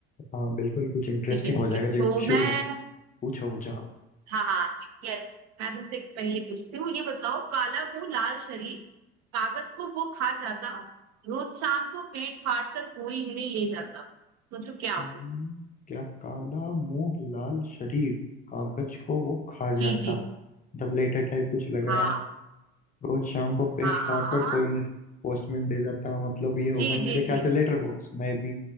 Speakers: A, on the left; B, on the right.
A: हाँ बिल्कुल कुछ इंटरेस्टिंग
B: ठीक है ठीक
A: हो जाएगा
B: है
A: जी
B: तो
A: शुरू
B: मैं
A: करो। पूछो कुछ आप
B: हाँ हाँ ठीक है मैं तुमसे एक पहेली पूछती हूँ ये बताओ काला मुंह लाल शरीर कागज को वो खा जाता रोज शाम को पेट फाड़ कर कोई इन्हें ले जाता सोचो क्या हो
A: हम्म,
B: सकता
A: क्या काला मुंह लाल शरीर कागज को वो खा जाता
B: जी जी
A: तब लेटर टाइप कुछ लग
B: हाँ
A: रहा है रोज शाम को पेट
B: हाँ
A: फाड़ कर
B: हाँ
A: कोई पोस्टमैन दे जाता मतलब ये होगा
B: जी जी
A: मेरे ख्याल
B: जी
A: से लेटर बॉक्स में भी